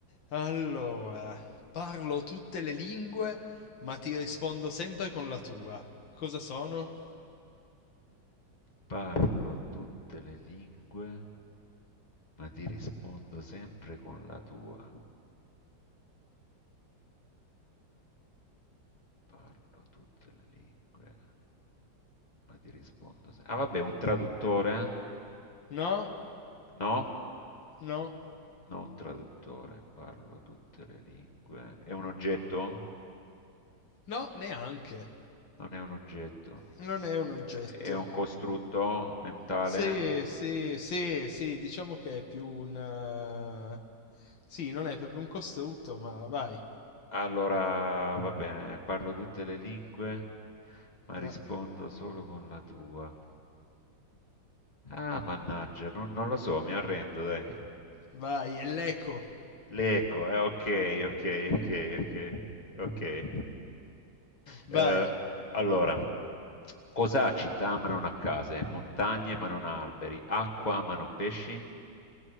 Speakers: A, on the left (about 75°); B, on the left (about 25°).
A: Allora, parlo tutte le lingue, ma ti rispondo sempre con la tua. Cosa sono?
B: Parlo tutte le lingue, ma ti rispondo sempre con la tua. Parlo tutte le lingue, ma ti rispondo se- Ah, vabbè, un traduttore? eh?
A: No,
B: No?
A: no,
B: Non un traduttore, parlo tutte le lingue. È un oggetto?
A: no, neanche.
B: Non è un oggetto.
A: Non
B: È
A: è un oggetto.
B: è un costrutto mentale?
A: Sì, sì, sì, sì, diciamo che è più un... eh, Sì, non è proprio un costrutto, ma vai.
B: Allora, va bene, parlo tutte le lingue, ma
A: Ma
B: rispondo solo con la tua. Ah, mannaggia, non, non lo so, mi arrendo, dai.
A: vai, è l'eco.
B: L'eco, eh, ok, ok, ok, ok, ok. Eh,
A: Vai.
B: allora, cos'ha città ma non ha case, montagne ma non ha alberi, acqua ma non pesci?